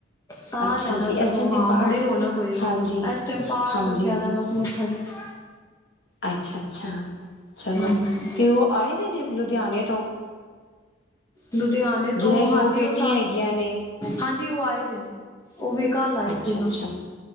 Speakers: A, on the left (about 20°); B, on the left (about 65°).
A: ਤਾਂ
B: ਅੱਛਾ
A: ਜਾਣਾ
B: ਜੀ
A: ਸਗੋਂ,
B: ਇਸ ਟਾਈਮ ਤੇ
A: ਹਾਂ
B: ਪਾਠ
A: ਬੜੀ ਰੌਣਕ ਹੋਏਗੀ
B: ਹਾਂਜੀ
A: ਇਸ ਟਾਈਮ ਪਾਠ
B: ਹਾਂਜੀ
A: ਰੱਖਿਆ ਦਾ ਉੱਥੇ ਮੱਥਾ ਟੇਕਣ
B: ਅੱਛਾ ਅੱਛਾ ਚਲੋ,
A: ਹਾਂਜੀ
B: ਤੇ ਉਹ ਆਏ ਦੇ ਨੇ ਲੁਧਿਆਣੇ ਤੋਂ
A: ਲੁਧਿਆਣੇ
B: ਜਿਹਨਾਂ
A: ਤੋਂ,
B: ਦੀ
A: ਹਾਂਜੀ
B: ਦੋ ਬੇਟੀਆਂ
A: ਉਹ
B: ਹੈਗੀਆਂ ਨੇ
A: ਹਾਂਜੀ ਉਹ ਆਏਦੇ ਨੇ, ਉਹ ਵੀ ਕੱਲ ਆਏ
B: ਅੱਛਾ
A: ਸੀਗਾ।
B: ਅੱਛਾ